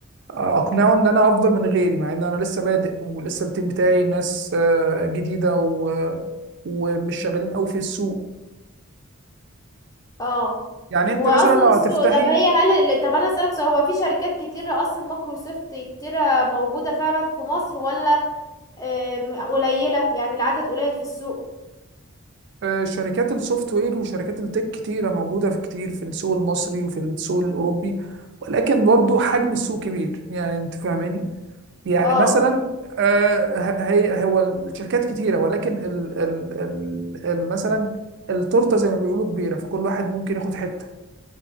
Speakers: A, on the right; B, on the left.
A: اقنعه ان انا افضل من غيري مع ان انا لسه بادئ ولسه التيم بتاعي ناس آه، جديده و... ومش شغالين قوي في السوق
B: اه
A: يعني انت
B: واصل
A: مثلا لو
B: السوق
A: هتفتحي
B: طب هي هل طب انا اسالك سؤال هو في شركات كتيره اصلا مايكروسوفت كتيره موجوده فعلا في مصر ولا آه، م- قليله يعني العدد قليل في السوق
A: آه، شركات السوفت وير وشركات التك كتيره موجوده في كتير في السوق المصري وفي السوق الاوروبي ولكن برضو حجم السوق كبير يعني انت فاهماني يعني
B: اه
A: مثلا آه، ه- هي هو الشركات كتيره ولكن ال... ال... ال... ال... مثلا التورته زي ما بيقولوا كبيره فكل واحد ممكن ياخد حته